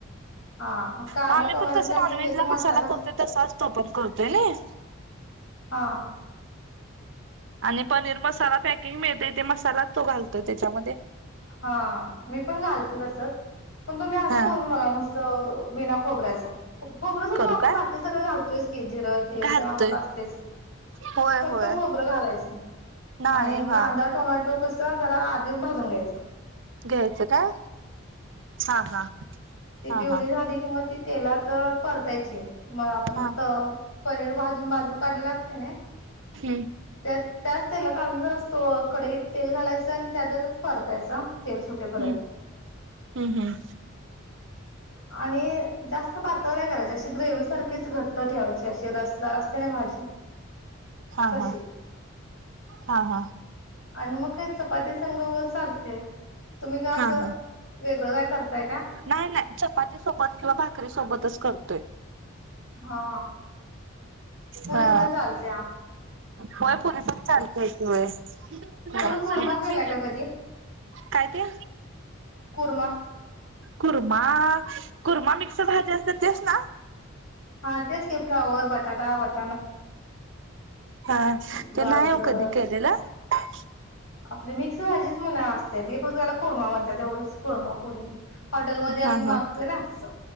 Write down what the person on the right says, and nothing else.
म आम्ही
पण कस
नॉनव्हेजला
मसाला
करतोय तसाच तो पण करतोय नाई
आणि पनीर मसाला पॅकिंग मिळतय, ते मसाला तो घालतोय त्याच्यामध्ये
हा
करू
का
घालतोय
होय
होय
नाही
हा
घ्यायचं काय हा हा
हा हा
हा
हम्म,
हम्म हम्म हम्म
हा
हा हा हा
हा हा
नाही नाही चपाती सोबत किंवा भाकरी सोबतच करतोय.
हा
होय पुरी सग चालत होय की,
काय ते?
कुर्मा आ कुर्मा मिक्स भाजी असत्या तेच ना?
हा
ते नाही ओ कधी केल्याला. हा
हा
हा